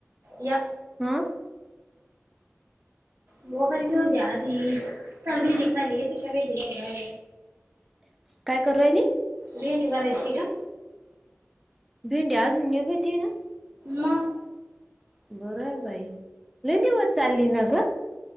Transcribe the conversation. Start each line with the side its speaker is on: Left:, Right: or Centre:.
Right: या
Centre: हा
Right: मोबाईल घेऊन द्या आधी तर मी खायला ती काय भेंडी रायला
Centre: काय करु राहीली
Right: भेंडी भरायची ग
Centre: भेंडी अजून निघती ना
Right: मग
Centre: बर हाय बाई लई दिवस चाली ना ग